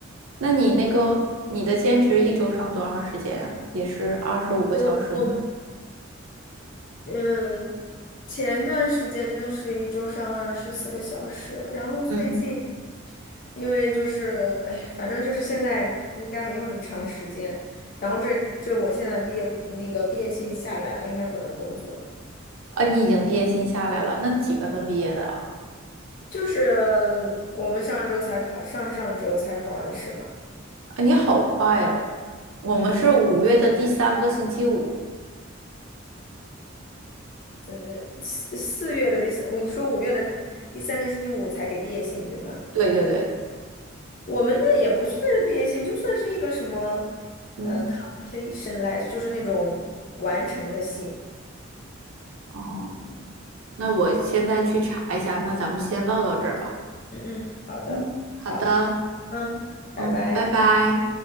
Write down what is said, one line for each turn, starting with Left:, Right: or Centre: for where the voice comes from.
Right: 那你那个你的兼职一周上多长时间啊？也是二十五个小时吗？
Left: 我我嗯，前段时间都是一周上二十四个小时，然后最近
Right: 嗯，
Left: 因为就是，哎，反正就是现在应该没有那么长时间。然后这这我现在毕业那个毕业信下来了，应该不能工作了。
Right: 啊，你已经毕业信下来了，那你几月份毕业的啊？
Left: 就是我们上周才考，上上周才考完试嘛。
Right: 啊，你好快哦。我们是五月的第三个星期五。
Left: 嗯，呃，四四月的第三，你说五月的第三个星期五才给毕业信，对吗？
Right: 对对对，
Left: 我们那也不算是毕业信，就算是一个什么，呃，completion
Right: 嗯，
Left: letter，就是那种完成的信。
Right: 哦，那我现在去查一下，那咱们先唠到这儿吧。
Left: 嗯嗯，好的，
Right: 嗯，好的，
Left: 好，嗯，拜拜。
Right: 嗯，拜拜。